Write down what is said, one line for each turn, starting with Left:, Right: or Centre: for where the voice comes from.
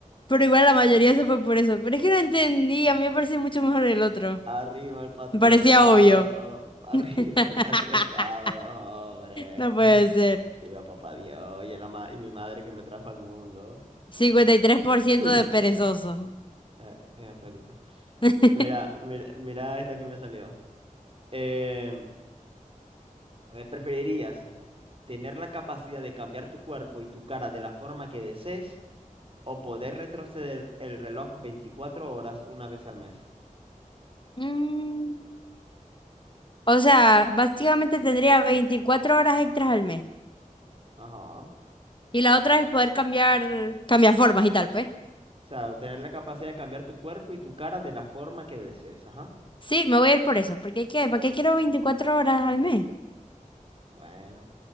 Left: Pero igual la mayoría se fue por eso. Pero es que no entendí, a mí me parecía mucho mejor el otro.
Right: arriba el patriarcado,
Left: Me parecía obvio.
Right: <laughs> arriba
Left: <laughs>
Right: el patriarcado, no, hombre.
Left: No puede ser.
Right: Viva papá Dios y, la ma- y mi madre que me trajo al mundo.
Left: cincuenta y tres por
Right: <clears throat>
Left: ciento de perezoso.
Right: Ah, En efecto.
Left: <laughs>
Right: Mira, mira, mira esta que me salió. Em, eh, ¿preferirías tener la capacidad de cambiar tu cuerpo y tu cara de la forma que desees o poder retroceder el reloj 24 horas una vez al mes?
Left: Mm. O sea, básicamente tendría veinticuatro horas extras al mes.
Right: Ajá. O
Left: Y la otra es poder cambiar, cambiar formas y tal, pues.
Right: sea, tener la capacidad de cambiar tu cuerpo y tu cara de la forma que desees. Ajá.
Left: Sí, me voy a ir por eso. Porque ¿qué? ¿Para qué quiero 24 horas al mes?
Right: Bueno,